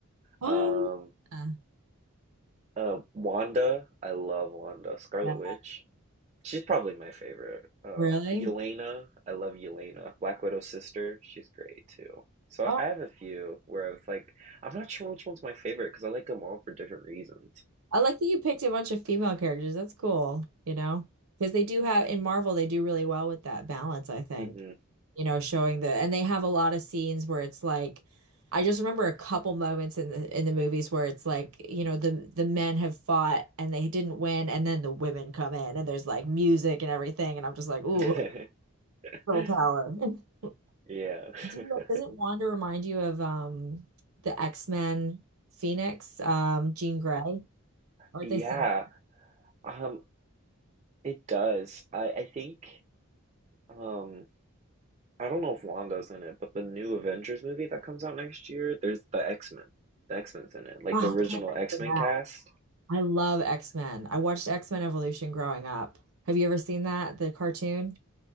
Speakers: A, on the right (about 80°); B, on the right (about 30°).
A: Um,
B: Um,
A: uh,
B: uh, Wanda. I love Wanda, Scarlet
A: yeah,
B: Witch. She's probably my favorite. Uh,
A: really?
B: Yelena, I love Yelena, Black Widow's sister. She's great too. So
A: Oh.
B: I have a few where it's like I'm not sure which one's my favorite because I like them all for different reasons.
A: I like that you picked a bunch of female characters. That's cool, you know, because they do have in Marvel, they do really well with that balance, I think.
B: hmm
A: You know, showing the and they have a lot of scenes where it's like I just remember a couple moments in the in the movies where it's like, you know, the the men have fought and they didn't win and then the women come in and there's like music and everything and I'm just like, ooh,
B: <laughs>
A: girl
B: Yeah.
A: power. <laughs>
B: <laughs>
A: Do you- Doesn't Wanda remind you of um the X-Men Phoenix, um, Jean Grey? Aren't
B: Yeah.
A: they similar?
B: Um, it does. I I think um I don't know if Wanda's in it, but the new Avengers movie that comes out next year, there's the X-Men. The X-Men's in it. Like
A: Oh,
B: the original
A: I can't
B: X-Men
A: remember that.
B: cast.
A: I love X-Men. I watched X-Men Evolution growing up. Have you ever seen that? The cartoon?